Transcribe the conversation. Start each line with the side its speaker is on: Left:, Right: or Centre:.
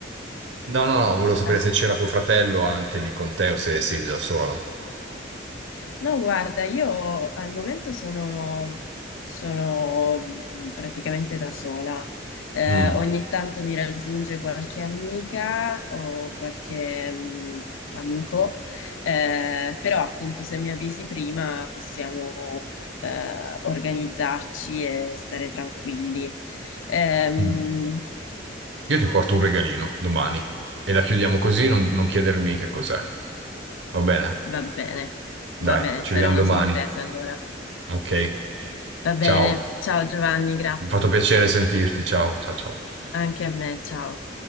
Right: no, no, volevo sapere
Left: allora
Right: se c'era tuo fratello anche lì con te o se sei da sola.
Left: No, guarda, io al momento sono, sono mhmm, praticamente da sola. Eh,
Right: Mm,
Left: ogni tanto mi raggiunge qualche amica o qualche mh, amico, eh, però appunto se mi avvisi prima possiamo eh, organizzarci e stare tranquilli. Ehm,
Right: mm. Io ti porto un regalino domani e la chiudiamo così, non, non chiedermi che cos'è. Va bene?
Left: va bene,
Right: Dai,
Left: va bene,
Right: ci
Left: sarà
Right: vediamo
Left: una
Right: domani.
Left: sorpresa allora.
Right: Ok,
Left: Va bene,
Right: ciao.
Left: ciao Giovanni, grazie.
Right: Mi ha fatto piacere sentirti. Ciao, ciao, ciao.
Left: Anche a me, ciao.